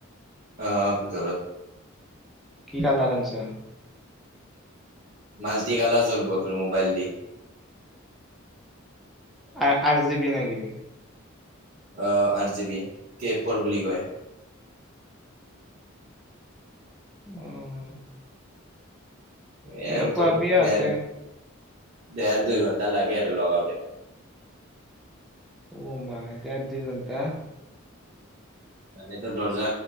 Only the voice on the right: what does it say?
অঁ! ভিতৰত।
মালতি কালাৰ জলব তোৰ মোবাইল দি।
অ আৰজিবি কেফৰ বুলি কয়।
এ
আৰু
তোৰ
দেৰ, দেৰ, দুই ঘণ্টা লাগে আৰু লগাওঁতে।
মানে তোৰ দৰ্জা